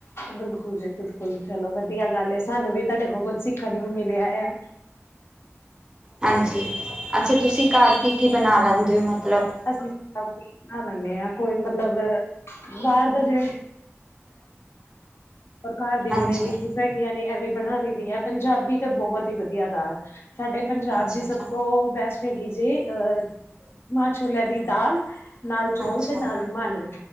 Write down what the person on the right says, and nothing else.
ਹਾਂਜੀ ਅੱਛਾ, ਤੁਸੀਂ ਘਰ ਕੀ ਕੀ ਬਣਾ ਲੈਂਦੇ ਹੋ ਮਤਲਬ
ਹਾਂਜੀ
ਅੱਛਾ-ਅੱਛਾ,
ਅੱਛਾ,